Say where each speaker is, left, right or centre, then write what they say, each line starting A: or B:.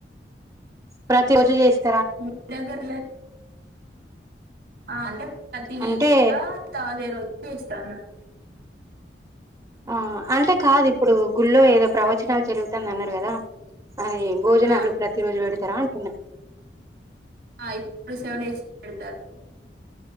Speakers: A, on the right (about 20°); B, on the right (about 85°).
A: ప్రతిరోజు చేస్తే
B: మీ దగ్గర ఆ అంటే పత నీకు
A: అంటే
B: <unintelligible> తాదే రోజ <unintelligible> వచ్చ
A: ఆ అంటే కాదు ఇప్పుడు గుళ్ల్లో ఏదో ప్రవచనాలు జరుగుతుంది అన్నారు కదా ఆ ఈ భోజనాలు
B: ఆ,
A: ప్రతి రోజు పెడతారా అంటున్నా
B: ఆ ఇప్పుడు సెవెన్ <unintelligible> హచ్ పెడతారు